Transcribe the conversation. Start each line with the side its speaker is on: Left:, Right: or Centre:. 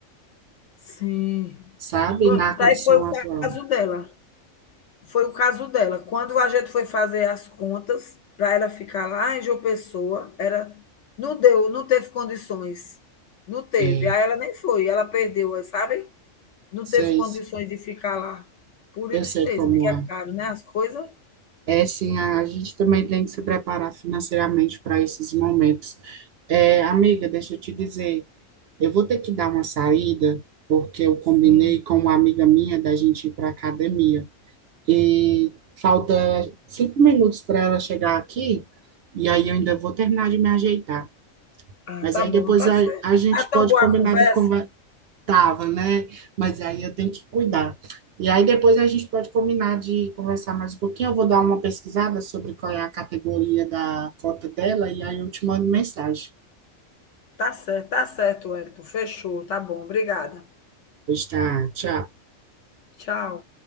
Left: sim.
Right: sabe?
Left: Pronto,
Right: Na
Left: aí
Right: condição
Left: foi o
Right: atual.
Left: caso dela. Foi o caso dela. Quando a gente foi fazer as contas para ela ficar lá em João Pessoa, era não deu, não teve condições. Não teve.
Right: É,
Left: Aí ela nem foi, ela perdeu, sabe? Não
Right: vocês,
Left: teve condições de ficar lá. Por
Right: eu
Left: isso
Right: sei
Left: mesmo,
Right: como
Left: que é
Right: é.
Left: caro, né? As coisas.
Right: É, sim, a a gente também tem que se preparar financeiramente para esses momentos. É, amiga, deixa eu te dizer, eu vou ter que dar uma saída, porque eu combinei
Left: Sim.
Right: com uma amiga minha da gente ir para a academia. E falta cinco minutos para ela chegar aqui, e aí eu ainda vou terminar de me ajeitar.
Left: Ah,
Right: Mas
Left: tá
Right: aí
Left: bom,
Right: depois
Left: tá
Right: a,
Left: certo.
Right: a gente
Left: Tá
Right: pode
Left: tão boa
Right: combinar
Left: a conversa?
Right: de Tava, né? Mas aí eu tenho que cuidar. E aí depois a gente pode combinar de conversar mais um pouquinho. Eu vou dar uma pesquisada sobre qual é a categoria da cota dela e aí eu te mando mensagem.
Left: Tá certo, tá certo, Wellington. Fechou, tá bom. Obrigada.
Right: Pois tá, tchau.
Left: Tchau.